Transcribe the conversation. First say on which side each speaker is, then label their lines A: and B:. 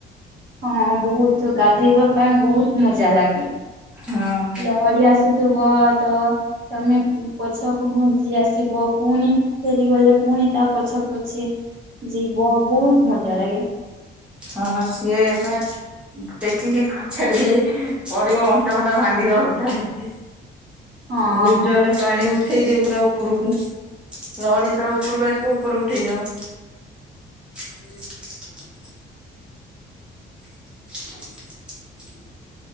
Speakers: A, on the right; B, in the centre.
A: ହଁ ବହୁତ ଗାଧେଇବା ପାଇଁ ବହୁତ ମଜା ଲାଗେ।
B: ହଁ।
A: ଲହଡି ଆସୁଥିବ ତ ତମେ ପଛକୁ ଘୁଞ୍ଚ- ଆସିବ ପୁଣି ଫେରିଗଲେ ପୁଣି ତା ପଛ ଅଛି ଯିବ ବହୁତ ମଜା ଲାଗେ।
B: ହଁ ସେ ବା ଟେକିକି ଖଛାଡି ଦିଏ, ପଡିବ ଅଣ୍ଟା ଫଣ୍ଟା ଭାଙ୍ଗିଦବ କେତବେଳେ।
A: ହଁ
B: ବହୁତ ଜର ପାଣି ଉଠେଇ ଦିଅ ପୁରା ଉପରକୁ, ଲହଡି ଯେ ତେବେଳେ ଉପରକୁ ଆସିବ, ଉପରକୁ ଉଠେଇଦବ। ଏ <unintelligible> ଆ <unintelligible>